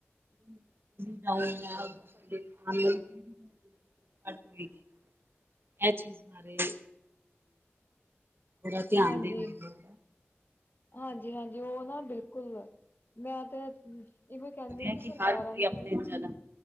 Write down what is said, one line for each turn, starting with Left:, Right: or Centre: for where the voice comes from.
Right: <inaudible> ਇਹ ਚੀਜ਼ ਬਾਰੇ ਬੜਾ ਧਿਆਨ
Left: ਹਾਂਜੀ
Right: ਦੇਣ ਦੀ ਲੋੜ ਹੈ
Left: ਹਾਂਜੀ -ਹਾਂਜੀ ਉਹ ਨਾ ਬਿਲਕੁਲ ਮੈਂ ਤੇ ਇਹੋ ਕਹਿੰਦੇ
Right: ਆ
Left: ਕਿ ਸਰਕਾਰਾਂ
Right: ਹਰ ਕੋਈ
Left: ਨੂੰ
Right: ਆਪਣੇ ਜਨਮ